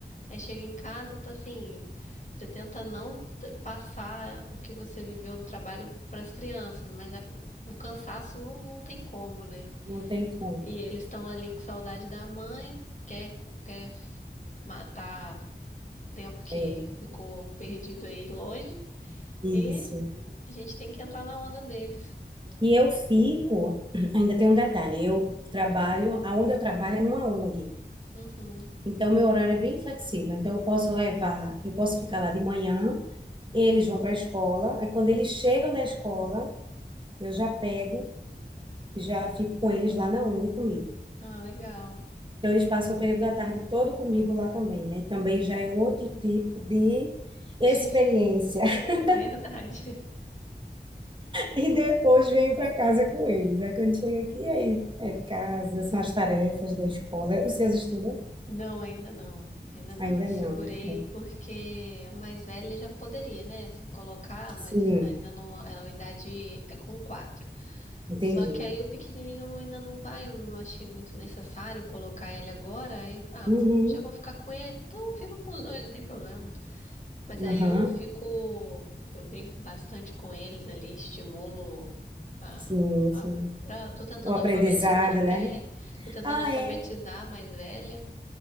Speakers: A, on the left; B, on the right.
A: Aí chega em casa, tá assim, você tenta não t- passar o que você viveu no trabalho para as crianças, mas a- o cansaço não, não tem como, né?
B: não tem como.
A: E eles estão ali com saudade da mãe, quer, quer matar tempo que
B: É,
A: ficou perdido aí longe,
B: isso.
A: e a gente tem que entrar na onda deles.
B: E eu fico, <clears throat> ainda tem um detalhe, eu trabalho, aonde eu trabalho é numa ONG.
A: Uhum.
B: Então, meu horário é bem flexível. Então, eu posso levar, eu posso ficar lá de manhã, eles vão para a escola, aí quando eles chegam da escola, eu já pego e já fico com eles lá na ONG comigo.
A: Ah, legal.
B: Então, eles passam o período da tarde todo comigo lá também. Aí também já é outro tipo de
A: <laughs>
B: experiência.
A: Sim, é
B: <laughs>
A: verdade.
B: E depois venho para casa com eles. Aí quando chega aqui, aí é casa, são as tarefas da escola. Os seus estudam?
A: Não, ainda não. Ainda não.
B: Ainda
A: Eu segurei
B: não. Pronto.
A: porque a mais velha já poderia, né? Assim, colocar, mas
B: Sim,
A: ainda não. Ela, a idade é com quatro.
B: entendi.
A: Só que aí o pequenininho não- ainda não vai, eu não achei muito necessário colocar ele agora. Aí eu falei, ah,
B: Uhum,
A: vou- já vou ficar com ele, então fica com os dois, não tem problema. Mas aí
B: aham,
A: eu fico, eu brinco bastante com eles ali, estimulo a,
B: Sim,
A: a
B: sim.
A: pra, tô tentando
B: O aprendizado,
A: alfabetizar.
B: né?
A: É, tô tentando
B: Ah,
A: alfabetizar
B: é?
A: a mais velha.